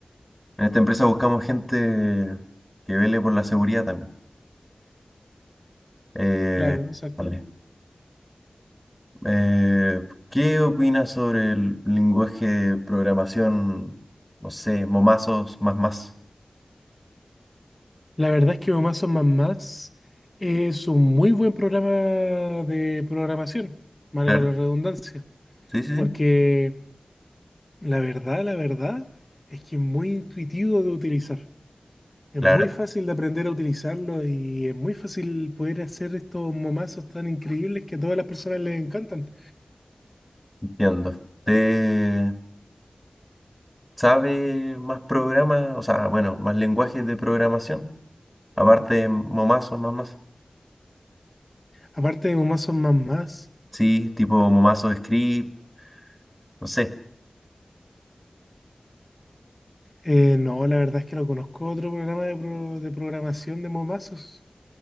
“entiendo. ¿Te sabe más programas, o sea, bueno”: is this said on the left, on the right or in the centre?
Centre